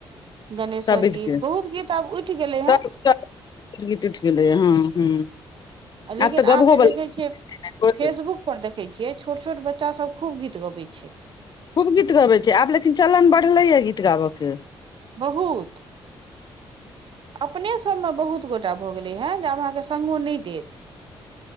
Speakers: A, on the right; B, on the left.
A: गणेशक
B: सब विध
A: गीत
B: के
A: बहुत गीत आब उठि गेलै हेँ
B: सब गीत उठि गेलै हँ हँ
A: लेकिन
B: तऽ गबहो
A: आब जे देखैत छियै
B: बला
A: फेसबुक पर देखैत छियै छोट छोट बच्चा सभ खूब गीत गबै छै
B: खूब गीत गबैत छै आब लेकिन चलन बढ़लैए गीत गाबयके
A: बहुत अपने सबमे बहुत गोटा भऽ गेलै है जे आब अहाँके संगो नहि देत